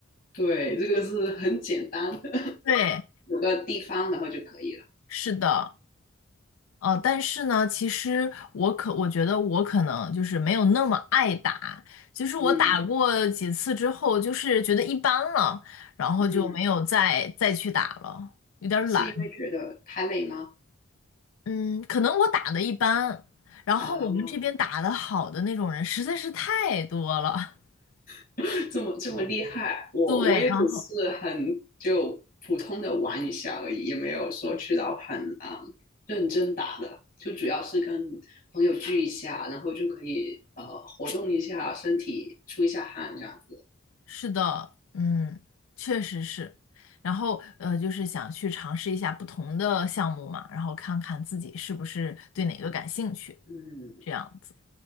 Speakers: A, on the left; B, on the left.
A: 对，这个是很简单的，<laughs>
B: 对，
A: 有个地方然后就可以了。
B: 是的，呃，但是呢，其实我可我觉得我可能就是没有那么爱打，就是我打过几次之后，
A: 嗯
B: 就是觉得一般了，然后就没有再再去打了，
A: 嗯，
B: 有点儿懒。
A: 是因为觉得太累吗？
B: 嗯，可能我打的一般，然后我们这边打的好的那种人实在是太多了，
A: 啊。<laughs> 这么这么厉害，我我也只是很就普通的玩一下而已，
B: <laughs> 对，然后。
A: 也没有说去到很嗯认真打的，就主要是跟朋友聚一下，然后就可以呃活动一下身体，出一下汗这样子。
B: 是的，嗯，确实是。然后呃，就是想去尝试一下不同的项目嘛，然后看看自己是不是对哪个感兴趣，
A: 嗯，
B: 这样子。